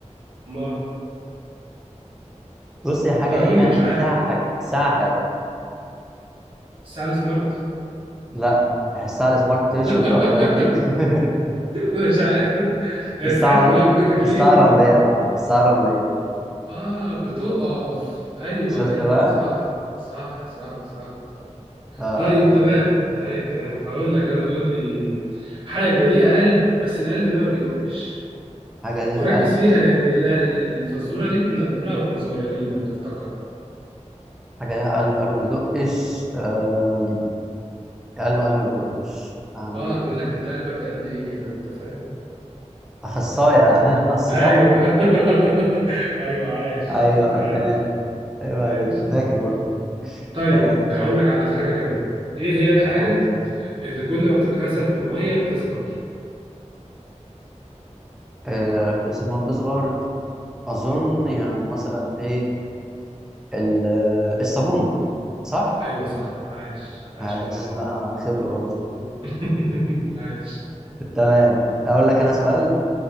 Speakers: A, on the right; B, in the centre.
A: ما
B: بص هي حاجه
A: لا
B: ايه
A: قول
B: يعني
A: لي مش عارف
B: ساعه حاجه ساعه حاجه
A: الساعه السمارت
B: لا الساعه السمارت تمشي
A: <laughs>
B: وبتقف من غير رجلين <laughs>
A: مش عارف هي
B: الساعه
A: الساعات كلها من غير رجلين
B: الساعه رمليه يا معلم الساعه رمليه
A: <laughs> اه بتقف ايوه
B: شفت
A: ايوه
B: بقى
A: صح صح صح صح صح
B: آه آه،
A: طيب
B: اوكي
A: تمام طيب تمام هقول لك انا قول لي حاجه ليها قلب بس القلب ده ما بيدقش
B: حاجه ليها
A: وركز
B: قلب
A: فيها
B: بس
A: لان ال- ال- الفزوره دي كنا بنقولها واحنا صغيرين لو تفتكر
B: حاجه ليها قلب قلب ما بيدقش آم، قلب قلب ما بيدقش يعني
A: اه بيقول لك انت قلبك قلب ايه كده انت فاهم
B: اخصائي <laughs> اخص
A: ايوه
B: صح
A: <laughs> ايوه عايش
B: ايوه
A: عايش
B: أيوه، تمام ايوه
A: عايش
B: عليك انا فاكر برضه
A: طيب
B: تمام
A: هقول لك على حاجة كمان ايه هي الحاجة
B: قول لي.
A: اللي كل ما بتتغسل بالمية بتصغر
B: آه بس ما بتصغر اظن يعني مثلا ايه ال- آه، الصابونه صح
A: ايوه صح عايش عايش
B: عايش
A: الله ينور
B: لا انا خبرة برضه
A: مم. <laughs> عايش
B: تمام اقول لك انا سؤال
A: مم.